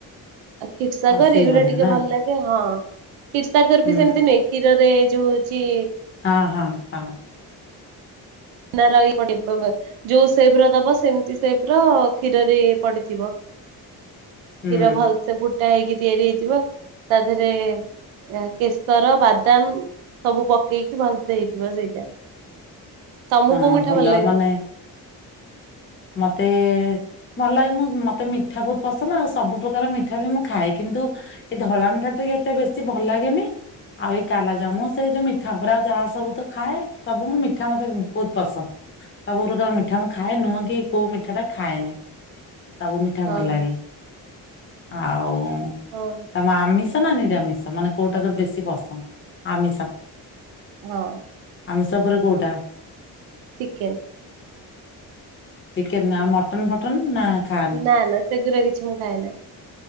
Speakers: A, on the right; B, on the left.
A: ଆଉ କ୍ଷୀର୍ ସାଗର
B: ଆଉ ସେଇଭଳିଆ
A: ଏଇରା ଟିକେ
B: ନା
A: ଭଲ ଲାଗେ ହଁ କ୍ଷୀର୍ ସାଗର
B: ହୁଁ
A: ବି ସେମିତି ନାଇଁ? କ୍ଷୀରରେ ଯୋଉ ହଉଚି।
B: ହଁ ହଁ, ହଁ।
A: ଛେନା ରହି ପଡିବ ଯୋଉ ସେପ୍ ର ଦବ ସେମିତି ସେପ୍ ର କ୍ଷୀରରେ ପଡିଥିବ। କ୍ଷୀର
B: ହୁଁ
A: ଭଲ୍ସେ ଫୁଟା ହେଇକି ତିଆରି ହେଇଥିବ ତା ଦେଏରେ ଅଁ କେଶର ବାଦାମ୍ ସବୁ ପକେଇକି ଭଲ୍ସେ ହେଇଥିବ ସେଇଟା। ତମକୁ
B: ହଁ
A: କୋଉ ମିଠା
B: ଭଲ
A: ଲାଗେ?
B: ମାନେ ମତେ ଭଲ ଲାଗେ ମୁଁ ମତେ ମିଠା ବହୁତ୍ ପସନ୍ଦ ଆଉ ସବୁ ପ୍ରକାର ମିଠା ବି ମୁଁ ଖାଏ। କିନ୍ତୁ ଏଇ ଧଳାମିଠା ଟିକେ ଏତେ ବେଶୀ ଭଲ ଲାଗେନି। ଆଉ ଏଇ କାଲା ଜାମୁ ସେଇ ଯୋଉ ମିଠା ଉପରେ ଆଉ ଯାହା ସବୁ ତ ଖାଏ ସବୁ ମୁଁ ମିଠା ମତେ ବହୁତ୍ ପସନ୍ଦ। ସବୁ ପ୍ରକାର ମିଠା ମୁଁ ଖାଏ। ନୁହଁ କି କି କୋଉ ମିଠା ଟା ଖାଏନି ସବୁ ମିଠା
A: ହଁ
B: ଭଲ ଲାଗେ। ଆଉ
A: ହଁ
B: ତମେ ଆମିଷ ନା ନିରାମିଷ ମାନେ କୋଉଟା ତୋର ବେଶୀ ପସନ୍ଦ୍? ଆମିଷ।
A: ହଁ
B: ଆମିଷ ଉପରେ କୋଉଟା?
A: ଚିକେନ୍।
B: ଚିକେନ ନା, ଆଉ ମଟନ୍ ଫଟନ୍ ନା ଖାଆନି?
A: ନା ନା ସେଗୁରା କିଛି ମୁଁ ଖାଏ ନା।